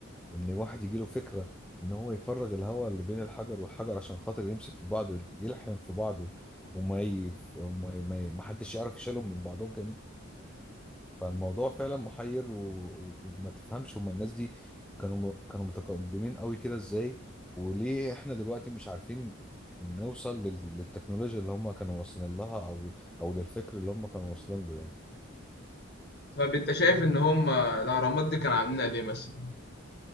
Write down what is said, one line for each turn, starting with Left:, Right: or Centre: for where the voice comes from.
Centre: ان واحد يجي له فكره ان هو يفرغ الهواء اللي بين الحجر والحجر عشان خاطر يمسك في بعضه يلحم في بعضه وما ي... وما ي... ما ي... ما حدش يعرف يشيلهم من بعضهم تاني فالموضوع فعلا محير و... و- وما تفهمش هما الناس دي كانوا م... كانوا متقدمين قوي كده ازاي وليه احنا دلوقتي مش عارفين نوصل لل... للتكنولوجيا اللي هما كانوا واصلين لها او او للفكر اللي هما كانوا واصلين له يعني
Left: طب أنت شايف إن هم الأهرامات دي كانوا عاملينها ليه مثلا